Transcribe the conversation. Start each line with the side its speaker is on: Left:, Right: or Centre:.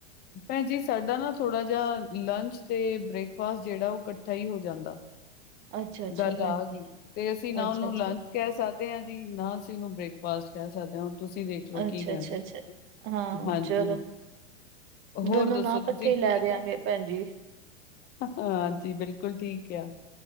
Left: ਭੈਣ ਜੀ ਸਾਡਾ ਨਾ ਥੋੜਾ ਜਿਹਾ ਲੰਚ ਤੇ ਬ੍ਰੇਕਫਾਸਟ ਜਿਹੜਾ ਉਹ ਇਕੱਠਾ ਹੀ ਹੋ ਜਾਂਦਾ
Right: ਅੱਛਾ ਅੱਛਾ
Left: ਗੱਲ
Right: ਭੈਣ
Left: ਆ
Right: ਜੀ,
Left: ਗਈ ਤੇ ਅਸੀਂ ਨਾ
Right: ਅੱਛਾ
Left: ਉਹਨੂੰ
Right: ਅੱਛਾ
Left: ਲੰਚ ਕਹਿ ਸਕਦੇ ਹਾਂ ਜੀ ਨਾ ਅਸੀਂ ਉਹਨੂੰ ਬ੍ਰੇਕਫਾਸਟ ਕਹਿ ਸਕਦੇ ਹਾਂ ਤੁਸੀਂ ਦੇਖ ਲਉ
Right: ਅੱਛਾ
Left: ਕੀ ਕਹਿਣਾ
Right: ਅੱਛਾ ਅੱਛਾ ਹਾਂ
Left: ਹਾਂਜੀ
Right: ਚਲੋ
Left: ਹੋਰ
Right: ਦੋਨੋ
Left: ਦੱਸੋ
Right: ਨਾਂ ਇਕੱਠੇ
Left: ਤੁਸੀਂ
Right: ਹੀ ਲੈ
Left: ਠੀਕ
Right: ਦਿਆਂਗੇ
Left: ਆ?
Right: ਭੈਣ ਜੀ
Left: ਹਾਂਜੀ ਬਿਲਕੁਲ ਠੀਕ ਆ।